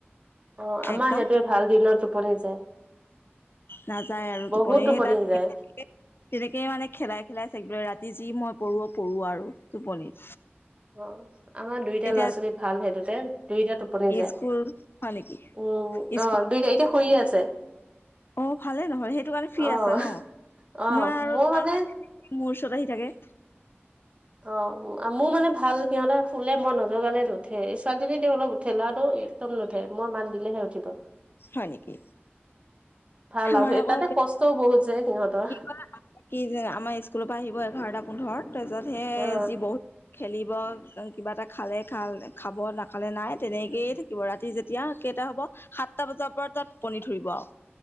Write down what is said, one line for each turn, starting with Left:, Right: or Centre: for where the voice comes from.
Right: অ', আমাৰ
Left: একদম
Right: সেইটোৱে ভাল দিনত টোপনি যায়।
Left: নাযায় আৰু
Right: বহুত
Left: টোপনি সেই তাক
Right: যায়
Left: <unintelligible> তেনেকেই মানে খেলাই খেলাই থাকে ৰাতি যি মই পৰো-পৰো আৰু টোপনি।
Right: অ আমাৰ দুইটা
Left: এতিয়া
Right: ল'ৰা ছোৱালী ভাল সেইটোতে দুইটা টোপনি যায়
Left: স্কুল হয় নেকি
Right: উম
Left: স্কু
Right: অ', দুইটা এতিয়া শুইয়ে আছে।
Left: অ', ভালে নহয় সেইটো কাৰণে ফ্ৰী
Right: অ
Left: আছা ন'
Right: অ
Left: মই আৰু
Right: মোৰ
Left: লৰা
Right: মানে
Left: মোৰ ওচৰত আহি থাকে।
Right: অ', মোৰ মানে ভাল। সিহঁতে শুলে মই নজগালে নুঠেই ছোৱালীজনী তেও অলপ উঠে ল'ৰাটো একদম নুঠে মই মাত দিলেহে উঠিব।
Left: হয় নেকি?
Right: ভাল
Left: আমাৰ
Right: আৰু
Left: আকৌ
Right: তাতে কষ্টও বহুত যে সিহঁতৰ।
Left: কি কয় কি যেন আমাৰ স্কুলৰ পৰা আহিব এঘাৰটা পোন্ধৰ তাৰপিছত সেই
Right: অ
Left: যি ব খেলিব কিবা এটা খালে খাল খাব নাখালে নাই তেনেকৈয়ে থাকিব ৰাতি যেতিয়া কেইটা হ'ব সাতটা বজাৰ পৰা তাৰ টোপনি ধৰিব আৰু।